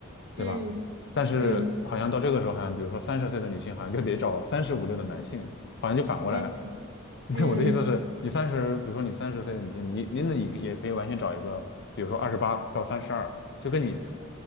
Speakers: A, on the left; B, on the right.
A: 对吧？
B: 嗯
A: 但是好像到这个时候，
B: 嗯
A: 好像比如说三十岁的女性，好像就得找三十五六的男性，好像就反过来。
B: 嗯嗯
A: <laughs> 我的意思是，你三十，比如说你三十岁的女性，你你那你也可以完全找一个，比如说二十八到三十二，就跟你